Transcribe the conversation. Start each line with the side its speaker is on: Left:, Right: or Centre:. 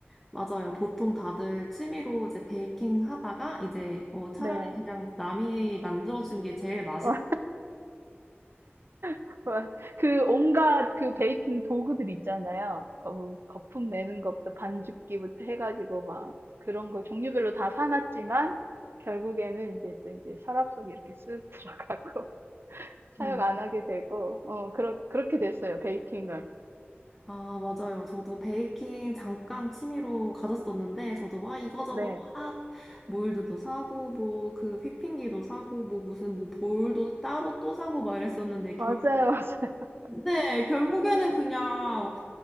Centre: 맞아요. 보통 다들 취미로 이제 베이킹 하다가 이제 어, 차라리
Right: 네.
Centre: 그냥 남이 만들어준 게 제일 맛있
Right: 어, <laughs> 맞- 그 온갖 그 베이킹 도구들 있잖아요. 거, 거품 내는 것부터 반죽기부터 해가지고 막 그런 거 종류별로 다 사놨지만 결국에는 이제 또 이제 서랍 속에 이렇게 쓱 들어가고 <laughs> 사용
Centre: 음.
Right: 안 하게 되고 어 그렇 그렇게 됐어요 베이킹을.
Centre: 아, 맞아요. 저도 베이킹 잠깐 취미로 가졌었는데, 저도 와, 이거저거
Right: 네
Centre: 막, 몰드도 사고, 뭐, 그 휘핑기도 사고, 뭐, 무슨, 뭐, 볼도 따로 또 사고 막 이랬었는데, 결,
Right: 맞아요 <laughs>
Centre: 네, 결국에는 그냥